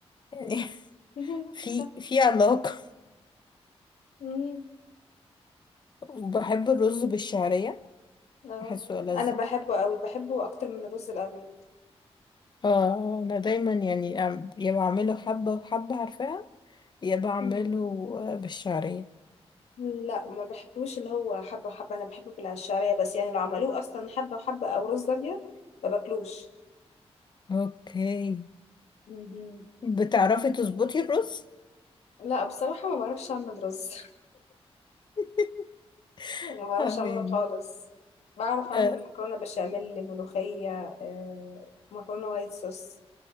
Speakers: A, on the left (about 45°); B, on the left (about 85°).
A: يعني
B: <laughs> مهم.
A: <laughs> في
B: صح.
A: في علاقة
B: مم.
A: وبحب الرز بالشعرية
B: اه
A: بحسه ألذ
B: أنا بحبه
A: برضه.
B: أوي بحبه أكتر من الرز الأبيض
A: اه أنا دايما يعني أم- يا بعمله حبة وحبة عارفاها يا بعمله
B: مم.
A: آه، بالشعرية
B: لا ما بحبوش اللي هو حبة وحبة أنا بحبه بالعشارية بس يعني لو عملوه أصلا حبة وحبة أو رز أبيض ما باكلوش
A: اوكي
B: مم.
A: بتعرفي تظبطي الرز
B: لا بصراحة ما بعرفش أعمل رز
A: <laughs>
B: <laughs> ما بعرفش
A: تمام
B: أعمله خالص بعرف أعمل
A: آه.
B: مكرونة بشاميل ملوخية آه، مكرونة وايت صوص